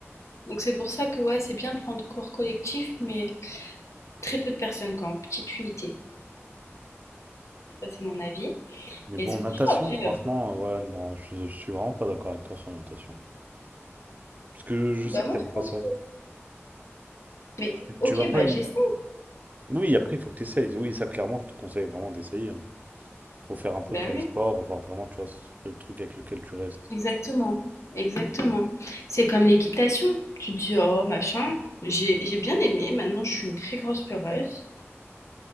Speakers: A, on the left; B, on the right.
A: donc c'est pour ça que ouais, c'est bien de prendre cours collectif, mais Très peu de personnes, quoi, en petite unité. Ça, c'est mon avis.
B: Mais bon,
A: Et c'est
B: natation,
A: pour ça, après,
B: franchement,
A: euh,
B: euh, ouais, non, je, je suis vraiment pas d'accord avec toi sur la natation. Parce que je
A: bah
B: sais que
A: moi,
B: t'aimes
A: je
B: pas
A: pense
B: ça.
A: que... Mais ok,
B: Tu vas pas
A: bah
B: aimer.
A: j'essaie.
B: Oui, après, il faut que t'essayes. Oui, ça, clairement, je te conseille vraiment d'essayer. hein. Faut faire un peu
A: Bah
B: tous les
A: oui,
B: sports, voir vraiment, tu vois, ce- le truc avec lequel tu restes.
A: exactement. Exactement. C'est comme l'équitation. Tu te dis, oh, machin, j'ai j'ai bien aimé. Maintenant, je suis une très grosse peureuse.